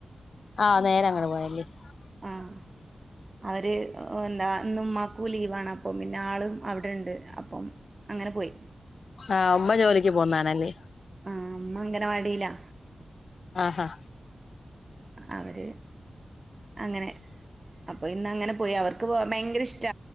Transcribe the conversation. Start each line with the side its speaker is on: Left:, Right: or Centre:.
Left: ആഹ് നേരെ അങ്ങട് പോയല്ലേ? <unintelligible>
Right: ആഹ് അവര് എന്താ ന്നുമ്മാക്കൂ ലീവാണ് അപ്പം പിന്നെ ആളും അവിടെണ്ട് അപ്പം. അങ്ങനെ പോയി.
Left: ആഹ് ഉമ്മ ജോലിക്ക് പോവുന്നാണല്ലേ?
Right: ആഹ് മ്മ അങ്കനവാടീലാ.
Left: ആഹാ
Right: അവര് അങ്ങനെ അപ്പൊ ഇന്ന് അങ്ങനെ പോയി അവർക്ക് പോകാൻ ഭയങ്കര ഇഷ്ട